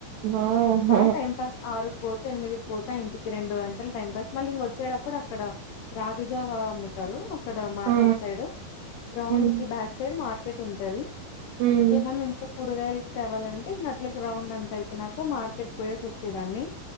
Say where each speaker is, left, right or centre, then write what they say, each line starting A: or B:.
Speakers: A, on the right; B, on the left.
A: వావ్
B: బా టైమ్ పాస్ ఆరుకు పోత ఎనిమిది పోతా ఇంటికి రెండు గంటలు టైం పాస్ మళ్ళీ ఇంగ వచ్చేటప్పుడు ఇక్కడ రాగిజావా అమ్ముతారు అక్కడ మార్కెట్
A: ఆ
B: సైడ్ గ్రౌండ్
A: హ్మ్
B: కి బ్యాక్ ఇటు సైడ్ మార్కెట్ ఉంటది
A: హ్మ్
B: ఏమన్నా ఇంకా మూడు వేలు తేవాలంటే అట్లకి రౌండ్ అంత అయిపోనాక మార్కెట్ పోయేసి వచ్చేదాన్ని